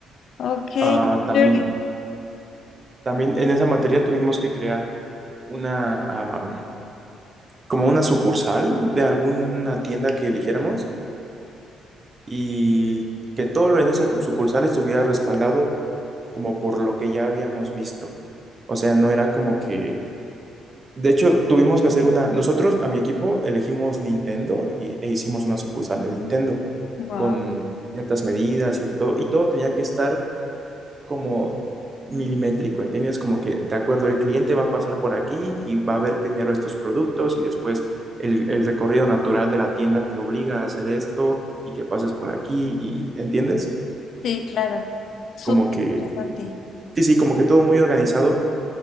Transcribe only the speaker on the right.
Ah, también,
también en esa materia tuvimos que crear una, ah, como una sucursal de alguna tienda que eligiéramos. y que todo lo en esa cu- sucursal estuviera respaldado como por lo que ya habíamos visto. O sea, no era como que... De hecho, tuvimos que hacer una... Nosotros, a mi equipo, elegimos Nintendo y, e hicimos una sucursal de Nintendo
con ciertas medidas, cierto todo. Y todo tenía que estar como milimétrico, ¿entiendes? Como que, de acuerdo, el cliente va a pasar por aquí y va a ver primero estos productos y después el, el recorrido natural de la tienda te obliga a hacer esto y que pases por aquí y, ¿entiendes?
Como que,
sí, sí, como que todo muy organizado